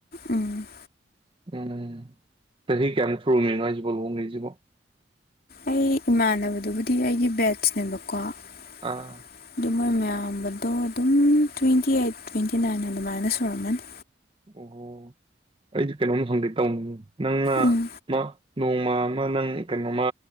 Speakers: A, on the left (about 50°); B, on the right (about 30°).
A: ꯎꯝ
B: ꯎꯝ ꯆꯍꯤ ꯀꯌꯥꯝ ꯁꯨꯔꯒꯦ ꯍꯥꯢꯁꯤꯕꯣ ꯂꯨꯍꯣꯡꯉꯤꯁꯤꯕꯣ
A: ꯑꯩ ꯏꯃꯥꯟꯅꯕꯗꯨꯕꯨꯗꯤ ꯑꯩꯒꯤ ꯕꯦꯠꯆꯅꯦꯕꯀꯣ ꯑꯗꯨ
B: ꯑꯥ
A: ꯃꯣꯏ ꯃꯌꯥꯝ ꯌꯝꯕꯗꯣ ꯑꯗꯨꯝ ꯇ꯭ꯋꯦꯟꯇꯤ ꯑꯩꯠ ꯇ꯭ꯋꯦꯟꯇꯤ ꯅꯥꯏꯟ ꯑꯗꯨꯃꯥꯏꯅ ꯁꯨꯔꯝꯃꯅꯤ
B: ꯑꯣ ꯑꯩꯁꯨ ꯀꯩꯅꯣꯝ ꯍꯪꯒꯦ ꯇꯧꯅꯤ ꯅꯪꯅ
A: ꯎꯝ
B: ꯑꯃ ꯅꯣꯡꯃ ꯑꯃ ꯅꯪ ꯀꯩꯅꯣꯃ